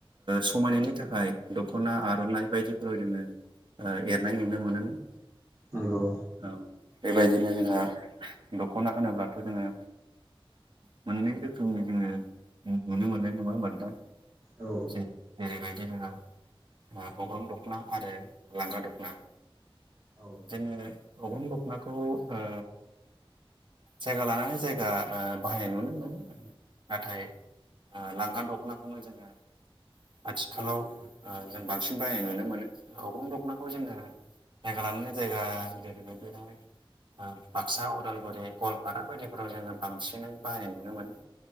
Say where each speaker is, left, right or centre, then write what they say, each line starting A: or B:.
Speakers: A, on the right; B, on the right.
A: समायनायनि थाखाय दख'ना आर'नाइ बायदिफोराव जोङो ओ एरनाय नुनो मोनोमोन
B: नंगौ
A: औ बेबायदिनो जोंहा दख'ना होनोब्लाथ' जोङो मोननै रोखोमनि जोङो नुनो मोननाय नङा होमब दा
B: औ
A: ज जेरैबायदि जोंहा अग्राम दख'ना आरो लांगा दख'ना
B: औ
A: जोङो अग्रं दखनाखौ ओ जायगा लानानै जायगा बाहायनाय नुनो मोनो आरो। नाथाय लांगा दख'नाखौनो जोङो आथिखालाव जों बांसिन बायनाय नुनो मोनो। अग्रं दख'नाखौ जोङो जायगा लानानै जायगा <inaudible> बाक्सा उदालगुरि गवालपारा बायदिफोराव जोङो बांसिनै बाहायनाय नुनो मोनो।